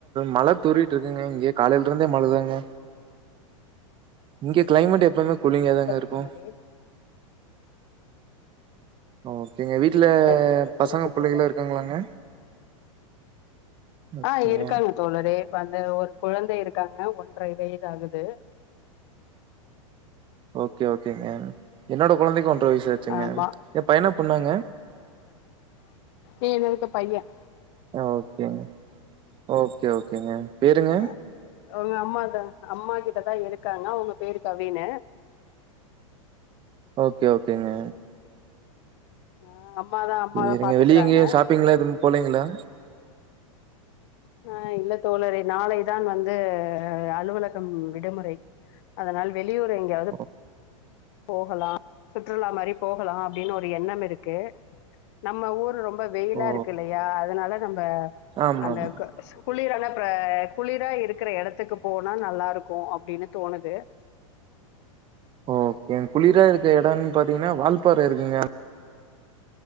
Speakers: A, on the right (about 30°); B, on the left (about 55°).
A: மழ தூறிட்டு இருக்குங்க இங்க காலையில இருந்தே மழதாங்க இங்க க்ளைமேட் எப்பவுமே கூலிங்காதாங்க
B: சரி
A: இருக்கு
B: தோழரே
A: ஓகேங்க வீட்ல
B: சரி சரி
A: பசங்க
B: சிறப்பு
A: பிள்ளைக
B: தோழரே
A: எல்லா இருக்காங்களாங்க ஓகேங்க
B: அ இருக்காங்க தோழரே இப்ப அந்த ஒரு குழந்தை இருக்காங்க ஒன்டரை வயது ஆகுது
A: ஓகே ஓகேங்க என்னோட கொழந்தைக்கு வயசு ஆச்சுங்க
B: ஆமா
A: எ பையனா பொண்ணாங்க
B: இ என்னதுக்க பையன்
A: ஓகேங்க ஓகே ஓகேங்க பேருங்க
B: அ அவ்ங்க அம்மாதா அம்மா கிட்டதா இருக்காங்க அவுங்க பேரு கவீனு
A: ஓகே ஓகேங்க
B: ஆ அம்மாதா அம்மாதா
A: இருங்க
B: பாத்துக்கறாங்க
A: வெளிய எங்கயு ஷாப்பிங்ளா எதுவு போலங்கிளா
B: அ இல்ல தோழரே நாளை தா வந்து அலுவலகம் விடுமுறை அதனால் வெளியூர் எங்கயாவ்து
A: ஓ
B: போகலா சுற்றுலா மாரி போகலா அப்டின்னு ஒரு எண்ணம் இருக்கு நம்ம ஊர் ரொம்ப வெயிலா
A: ஓ.
B: இருக்கு இல்லையா அதனால நம்ம
A: ஆமாம்
B: அந்த குளிரானா அ குளிரா இருக்கிற இடத்துக்கு போனா நல்லா இருக்கும் அப்டின்னு தோணுது
A: ஓகே குளிரா இருக்க இடன் பாத்தீங்கன்னா வால்பாற இருக்குங்க